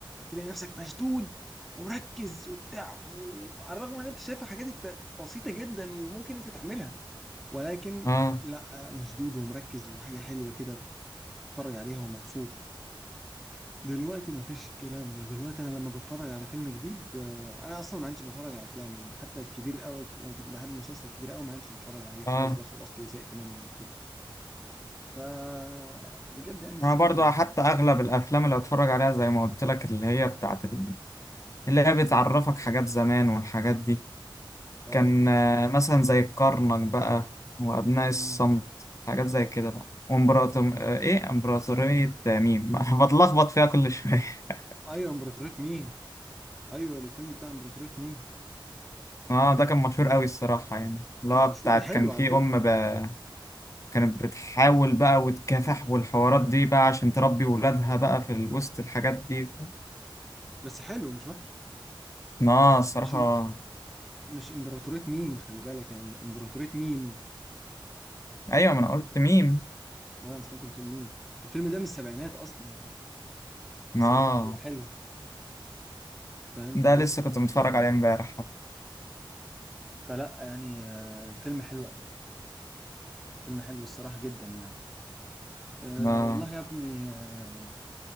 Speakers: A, in the centre; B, on the left.
A: تلاقي نفسك مشدود ومركز وبتاع وعلى الرغم ان انت شايف حاجات انت بسيطه جدا وممكن انت تعملها ولكن
B: اه
A: لا مشدود ومركز وحاجه حلوه كده بتتفرج عليها ومبسوط دلوقتي مفيش الكلام ده دلوقتي انا لما بتفرج على فيلم جديد آه، انا اصلا ما عنديش بتفرج على افلام يعني حتى الكبير قوي يعني كنت بحب مسلسل كبير قوي ما عنديش بتفرج عليه خلاص
B: اه
A: بقى خلصته وزهقت منه وكده ف بجد يعني السينما
B: انا برضو حتى اغلب الافلام اللي اتفرج عليها زي ما قلت لك اللي هي بتاعت ال- اللي هي بتعرفك حاجات زمان والحاجات دي
A: اه
B: كان آه، مثلا زي الكرنك بقى وأبناء الصمت
A: مم.
B: حاجات زي كده بقى وامبراطور آه، إيه إمبراطورية ميم <laughs> بتلخبط فيها كل شوية <laughs>
A: ايوه امبراطورية مين ايوه الفيلم بتاع امبراطورية مين
B: اه ده كان مشهور قوي الصراحة يعني لا
A: كان مشهور
B: بتاعت
A: وحلو
B: كان في
A: على فكرة
B: أم بقى كانت بتحاول بقى وتكافح والحوارات دي بقى عشان تربي ولادها بقى في ال- وسط الحاجات دي
A: بس حلو مش وحش
B: اه الصراحة
A: مش إم... مش امبراطورية مين خلي بالك يعني امبراطورية مين
B: أيوة ما أنا قلت ميم
A: اه انا سمعتك بتقول مين الفيلم ده من السبعينات اصلا من السبعينات
B: اه
A: هو حلو فاهم
B: ده
A: فلا
B: لسه كنت
A: يعني
B: متفرج عليه امبارح
A: فلا يعني آه، الفيلم حلو قوي فيلم حلو الصراحة جدا يعني أه
B: اه
A: والله يا ابني آه،